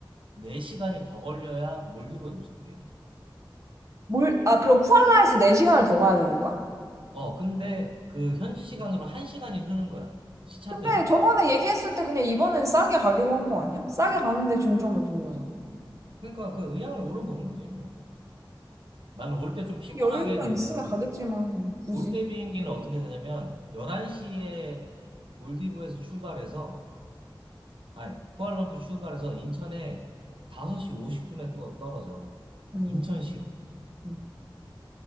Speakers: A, on the right; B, on the right.
A: 4시간이 더 걸려야 몰디브에 도착해.
B: 뭘, 아, 그럼 쿠알라에서 4시간을 더 가야 되는 거야?
A: 어, 근데 그 현지 시간으로 1시간이 흐른 거야. 시차
B: 근데
A: 때문에.
B: 저번에 얘기했을 때 그냥 이번엔 싸게 가기로 한 거 아니야? 싸게 가는데 중점을 둔 거잖아.
A: 그러니까 그 의향을 물어보는 거지, 뭐. 나는 올 때 좀 피곤하게
B: 여유만
A: 되면,
B: 있으면 가겠지만, 뭐 굳이.
A: 올 때 비행기는 어떻게 되냐면 11시에 몰디브에서 출발해서 아니 쿠알라룸푸르 출발해서 인천에 5시 50분에 또 떨어져.
B: 음,
A: 인천시로.
B: 음.